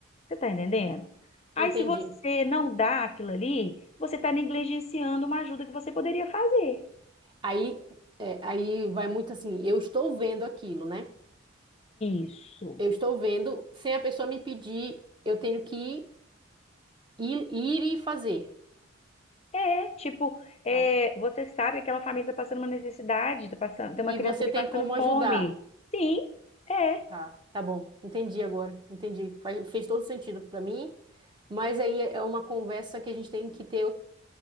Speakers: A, on the left; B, on the right.
A: Você tá entendendo? Aí,
B: entendi.
A: se você não dá aquilo ali, você tá negligenciando uma ajuda que você poderia fazer.
B: Aí, é, aí vai muito assim, eu estou vendo aquilo, né?
A: Isso.
B: Eu estou vendo, sem a pessoa me pedir, eu tenho que ir, ir ir e fazer,
A: É, tipo, é,
B: tá?
A: você sabe que aquela família está passando uma necessidade, tá passando, tem uma
B: E
A: criança
B: você
A: ali
B: tem
A: passando
B: como
A: fome.
B: ajudar,
A: Sim, é,
B: tá? Tá bom, entendi agora, entendi. Faz- fez todo sentido para mim, mas aí é uma conversa que a gente tem que ter